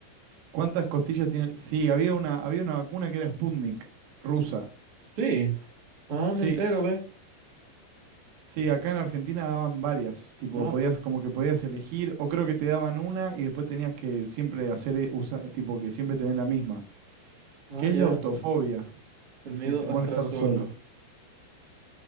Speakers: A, on the right; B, on the right.
A: ¿Cuántas costillas tiene? Sí, había una, había una vacuna que era Sputnik, rusa.
B: Sí. Ah,
A: Sí,
B: me entero, ve.
A: Sí, acá en Argentina daban varias, tipo
B: Ah,
A: podías como que podías elegir o creo que te daban una y después tenías que siempre hacer eh, usa- tipo que siempre tener la misma.
B: ah,
A: ¿Qué
B: ya.
A: es la autofobia?
B: El miedo
A: El temor
B: a estar
A: a estar
B: solo.
A: solo.